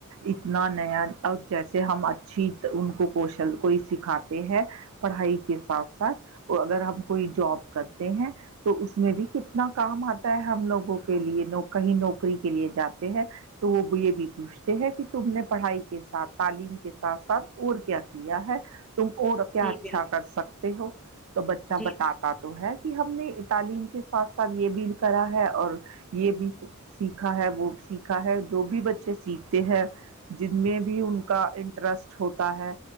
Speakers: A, on the right; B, in the centre.
A: اتنا نیا اور جیسے ہم اچھی ان کو کوشل کوئی سکھاتے ہیں پڑھائی کے ساتھ ساتھ اگر ہم کوئی جاب کرتے ہیں تو اس میں بھی کتنا کام آتا ہے ہم لوگوں کو کے لیے کہیں نوکری کے لیے جاتے تو وہ یہ بھی پوچھتے ہیں کہ تم نے پڑھائی کے ساتھ تعلیم کے ساتھ ساتھ اور کیا کیا ہے تم اور کیا
B: جی
A: اچھا
B: بالکل
A: کر سکتے ہو تو بچہ
B: جی
A: بتاتا تو ہے ہم نے اتالم کے ساتھ ساتھ یہ بھیل کرا ہے اور یہ بھی سیکھا ہے وہ سیکھا ہے جو بھی بچے سیکھ ت ہے <inaudible> جن میں بھی ان کا انٹرسٹ ہوتا ہے